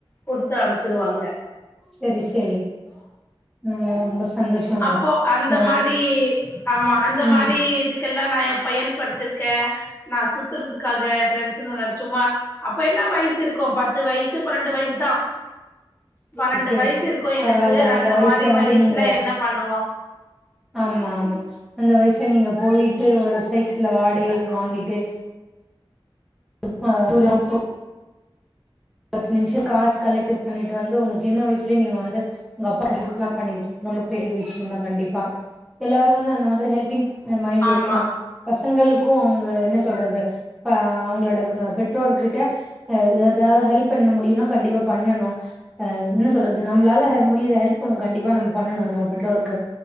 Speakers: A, on the left (about 25°); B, in the centre.
A: குடுத்து அம்ச்சிருவாங்க
B: செரி செரி ம் ரொம்ப சந்தோஷங்க
A: அப்போ அந்த
B: ஆ
A: மாரி ஆமா அந்த
B: ம்
A: மாரி இதுக்கெல்லா நா பயன்படுத்திருக்கே நா சுத்துறதுக்காக ப்ரெண்ட்ஸுங்க சும்மா அப்ப என்ன வயசு இருக்கு பத்து வயசு பன்னெண்டு வயசு தா பன்னெண்டு
B: ஓகே
A: வயசு இருக்கு எனக்கு
B: பரவால்ல
A: அந்த மாரி
B: வந்து
A: வயசுல
B: நீங்க
A: என்ன பண்ணுவோ
B: ஆமா ஆமா அந்த வயசுல நீங்க போயிட்டு ஒரு சைக்கிள வாடகைக்கு வாங்கிட்டு <inaudible> பத்து நிம்ஷோ காசு கலெக்ட் பண்ணிட்டு வந்து உங்க சின்ன வயசுலேயே நீங்க வந்து உங்க அப்பாக்கு ஹெப்லாம் பண்ணி இருக்கிங்க ரொம்ப பெரிய விஷ்யம் தா கண்டிப்பா எல்லாரு வந்து அந்த மாதிரி ஹெல்பிங் மைண்டு
A: ஆமா
B: இருக்கணு பசங்களுக்கு அவுங்க என்ன சொல்றது ப்பா அவுங்களோட பெற்றோர்க கிட்ட எ தா வது ஹெல்ப் பண்ண முடியும்னா கண்டிப்பா பண்ணனு ஆ என்ன சொல்றது நம்மளால ஹெ முடியிற ஹெல்ப் கண்டிப்பா நம்ம பண்ணணு நம்ம பெற்றோருக்கு